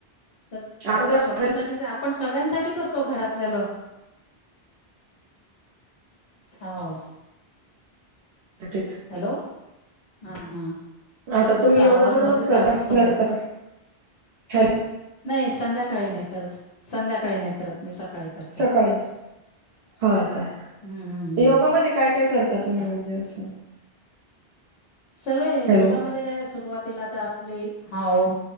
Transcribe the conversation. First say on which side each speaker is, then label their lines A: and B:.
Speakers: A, on the left (about 70°); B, on the right (about 80°).
A: तर
B: आपण
A: आपला
B: जर
A: स्वतःसाठी तर आपण सगळ्यांसाठी करतो घरातल्यालं हो.
B: साठीच.
A: हॅलो हा हा.
B: आता
A: तुमचा
B: तुम्ही योगा
A: आवाज
B: तर रोज
A: मध्येच
B: करताध
A: आवाज कमी होता
B: हल
A: नाही संध्याकाळी नाही करत. संध्याकाळी नाही करत. मी सकाळी करते
B: सकाळी. हा का?
A: हम्म हम्म हम्म
B: योगामध्ये काय काय करता
A: सकाळी
B: तुम्ही म्हणजे असं
A: सगळे
B: हॅलो
A: योगामध्ये काय सुरुवातीला, तर आपली हा ओ